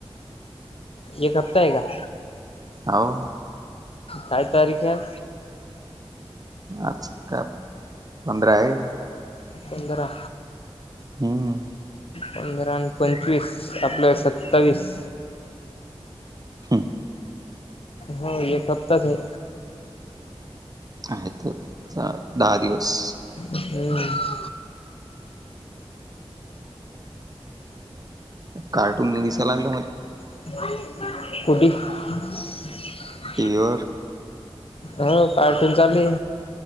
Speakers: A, on the left (about 65°); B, on the right (about 35°).
A: एक हफता आहे का?
B: हो.
A: काय तारीख आहे आज?
B: आज का पंधरा आहे.
A: पंधरा
B: हम्म
A: पंधरा आणि पंचवीस आपलं सत्तावीस
B: हां
A: हा ये कब तक आहे.
B: आहेत तर दहा दिवस.
A: हम्म
B: कार्टून म दिसाय लागल मला
A: ह <unintelligible> कुडी ह <unintelligible>
B: टीवीवर.
A: हो कार्टून चालुये.